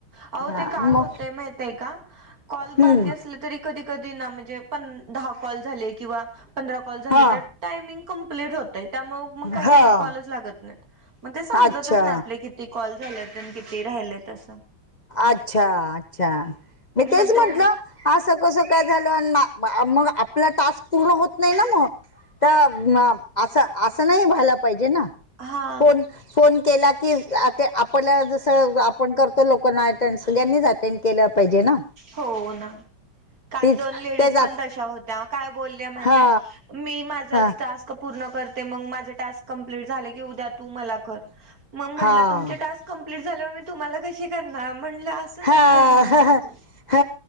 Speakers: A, on the right; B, on the left.
A: अहो
B: हा
A: ते काय
B: मग
A: होतय माहिताय का. कॉल
B: हम्म
A: बाकी असले तरी कधी, कधी ना म्हणजे पं दहा कॉल झाले किंवा पंधरा कॉल झाले
B: हा
A: तर टायमिंग कंप्लीट होतय त्यामूळं मग काय
B: हा
A: कायना कॉलच लागत नायत मग ते समजतच
B: अच्छा
A: नाही आपल्या कि ती कॉल झालेत अन किती राहिलेत अस.
B: अच्छा, अच्छा मी तेच
A: मग तो
B: म्हंटलं अस कसं काय झालं मग आपला टास्क पूर्ण होत नाहीना मग. तर असं, असं नाही व्हायला पाहिजे ना
A: हा
B: फोन, फोन केला कि ते आपल्याला जसं आपण करतो लोकांना अटेंड सगळ्यांनीच अटेंड केलं पाहिजे ना
A: हो ना काल
B: तीच
A: दोन लेडीज
B: तेच
A: पण तशा होत्या काय बोलल्या माहितेय
B: हा
A: मी माझाच
B: हा
A: टास्क क पूर्ण करते मग माझे टास्क कंप्लीट झाले की उद्या तू मला कर मग म्हणलं
B: हा
A: तुमचे टास्क कंप्लीट झाल्यावर मी तुम्हाला कशी करणार म्हणलं असं
B: हा
A: नसंतय म्हणलं
B: ह
A: हो
B: ह